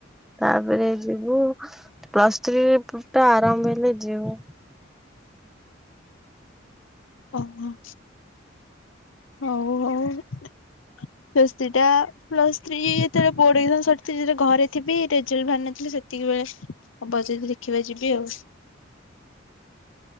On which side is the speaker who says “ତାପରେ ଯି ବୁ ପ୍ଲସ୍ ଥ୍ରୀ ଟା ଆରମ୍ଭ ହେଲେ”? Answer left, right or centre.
Centre